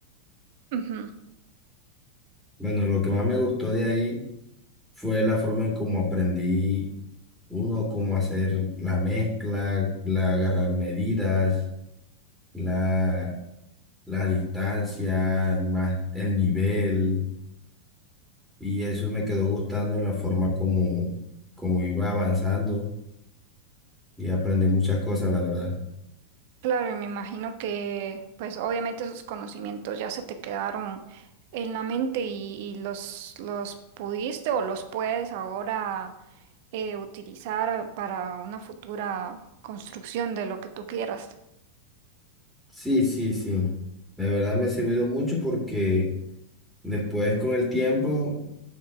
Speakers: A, on the right; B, in the centre.
A: Ujú.
B: Bueno, lo que más me gustó de ahí fue la forma en cómo aprendí uno, cómo hacer la mezcla, la agarrar medidas, la, la distancia, más el nivel. Y eso me quedó gustando en la forma como, como iba avanzando y aprendí muchas cosas, la verdad.
A: Claro, y me imagino que pues obviamente esos conocimientos ya se te quedaron en la mente y, y los, los pudiste o los puedes ahora eh, utilizar para una futura construcción de lo que tú quieras.
B: Sí, sí, sí. La verdad me ha servido mucho porque después con el tiempo